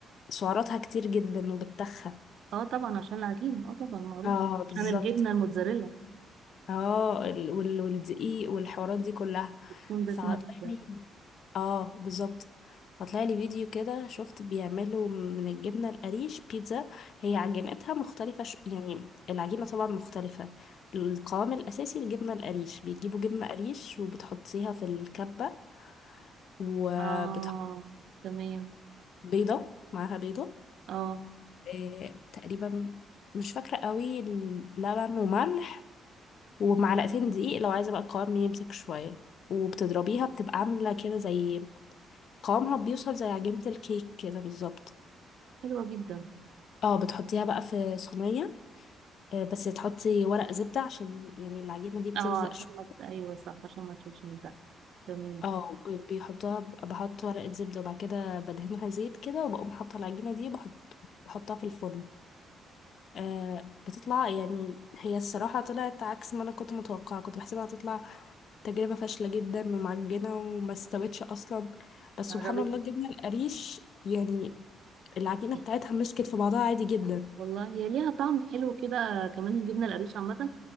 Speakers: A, on the left; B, on the right.
A: سعراتها كتير جدا وبتخن
B: آه طبعا عشان العجين اه طبعا معروف
A: اه
B: عشان
A: بالظبط
B: الجبنة الموتزاريلا
A: اه ال- وال- والدقيق والحوارات دي كلها
B: بتكون
A: فطلع
B: دسمة جدا
A: لي اه بالظبط فطلع لي فيديو كده شفت بيعملوا من الجبنة القريش بيتزا هي عجينتها مختلفة ش... يعني العجينة طبعا مختلفة القوام الأساسي الجبنة القريش بيجيبوا جبنة قريش وبتحطيها في الكبة وبتحطي
B: اه تمام
A: بيضة معاها بيضة
B: اه
A: آه، تقريبا مش فاكرة قوي لبن وملح ومعلقتين دقيق لو عايزة بقى القوام يمسك شوية وبتضربيها بتبقى عاملة كده زي قوامها بيوصل زي عجينة الكيك كده بالظبط
B: حلوة جدا
A: اه بتحطيها بقى في صينية آه، بس تحطي ورق زبدة عشان يعني العجينة دي بتلزق
B: اه عشان
A: شوية
B: ما ت- ايوه صح عشان ما تشوفش من تحت تمام
A: اه بي- بيحطوها بحط ورقة زبدة وبعد كده بدهنها زيت كده وبقوم حاطة العجينة دي بحط بحطها في الفرن آه بتطلع يعني هي الصراحة طلعت عكس ما أنا كنت متوقعة كنت بحسبها هتطلع تجربة فاشلة جدا ومعجنة وما استوتش أصلا بس سبحان
B: قربت
A: الله جبنا القريش يعني العجينة
B: <laughs>
A: بتاعتها مسكت في بعضها عادي جدا
B: والله هي ليها طعم حلو كده كمان الجبنة القريش عامة